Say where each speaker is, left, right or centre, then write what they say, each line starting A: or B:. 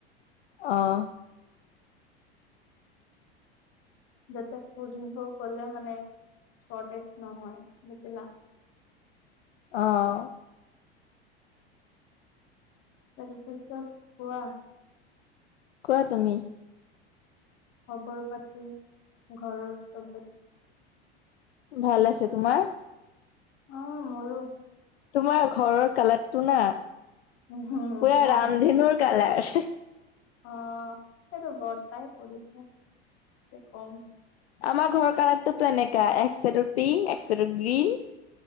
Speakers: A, on the left; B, on the left.
A: অ'।
B: যাতে ফূৰিব গ'লে মানে শৰ্টেজ নহয় বুজিলা। <inaudible>
A: অহ।
B: তাৰপিছত কোৱা।
A: কোৱা তুমি।
B: খবৰ পাতি ঘৰৰ চবে
A: ভাল আছে, তোমাৰ?
B: অ', <unintelligible>
A: তোমাৰ ঘৰৰ কালাৰটো না
B: ৰান্ধি
A: পুৰা ৰামধেনুৰ
B: মেলি
A: কালাৰ।
B: অ, এইটো বৰ্তাই কৰিছে কি কম।
A: আমাৰ ঘৰৰ কালাৰ তটো এনেকা এক চাইডৰ পিংক এক চাইডৰ গ্ৰীণ।